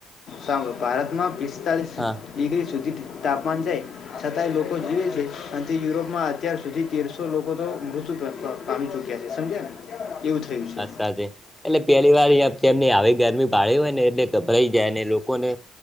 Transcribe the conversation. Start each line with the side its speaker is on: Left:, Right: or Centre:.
Left: સા ભારતમાં પિસ્તાલીસ
Centre: હા.
Left: ડિગ્રી સુધી તાપમાન જાય છતાંય લોકો જીવે છે. અન તે યુરોપમાં અત્યાર સુધી તેરસો લોકો તો મૃત પ-પ-પામી ચુક્યા છે. સમજ્યા ને એવું થયું છે.
Centre: વાત સાચી એટલે પેલી વાર તેમની આવી ગરમી પાડી હોય ને એટલે ગભરાઈ જાય ને લોકોને